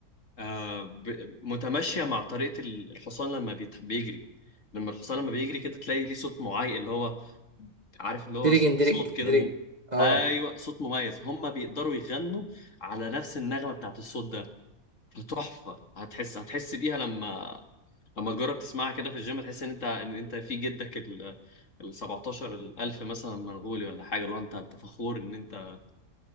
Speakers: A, on the left; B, on the right.
A: آه، ب- متماشية مع طريقة ال- الحصان لما بيت- بيجري لما الحصان لما بيجري كده تلاقي ليه صوت معين اللي هو عارف اللي هو
B: دريجن
A: صو-
B: دريج
A: صوت كده
B: دريج
A: م...
B: اه
A: ايوه صوت مميز هما بيقدروا يغنوا على نفس النغمة بتاعت الصوت ده فتحفة هتحس هتحس بيها لما لما تجرب تسمعها كده في الجيم تحس ان انت ان انت في جدك ال ال 17 الألف مثلا منغولي ولا حاجة لو انت انت فخور ان انت